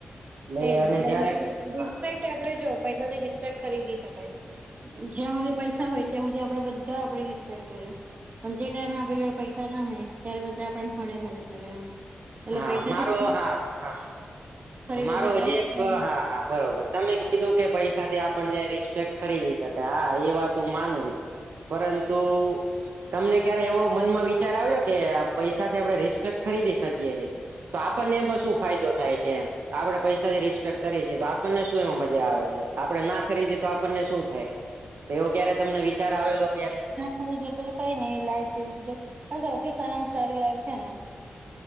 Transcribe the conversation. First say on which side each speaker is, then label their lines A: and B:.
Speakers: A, on the right; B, on the right.
A: એટલે
B: એજ
A: અને જયારે
B: રિસ્પેક્ટ
A: હા
B: આપડે જો પૈસાથી રિસ્પેકટ ખરીદી શકાય. જ્યાં સુધી પૈસા હોય ત્યાં સુધી આપડે બધા આપણી રિસ્પેક્ટ કરે. પણ જે ટાઈમે આપડે જો પૈસા ના હોય ત્યારે બધા આપડ હળે હળે કરે એમ. એટલે
A: હા
B: પૈસાથી
A: મારો હા હા
B: ખરીદી
A: મારો
B: શકાય
A: હજી એક
B: ના
A: હા હા બરોબર તમે કીધું કે પૈસાથી આપણને રિસ્પેક્ટ ખરીદી શકાય હા એ વાત હું માનું છું પરંતુ તમને ક્યારે એવો મનમાં વિચાર આવયો કે પૈસાથી આપડણે રિસ્પેક્ટ ખરીદી શકીએ છીએ. તો આપણને એમાં શું ફાયદો થાય છે એમ આપણે પૈસા જે રિસ્પેક્ટ કરીએ છે તો આપણને શું એમાં મજા આવે છે આપણે ના ખરીદીએ તો આપણને શું થાય એવો ક્યારે તમને વિચાર આવેલો ક્યારે
B: મરી જતો તો કઈ નઈ લાઈફ જેવી રીતે પણ સૌથી સારામાં સારી લાઈફ છે ને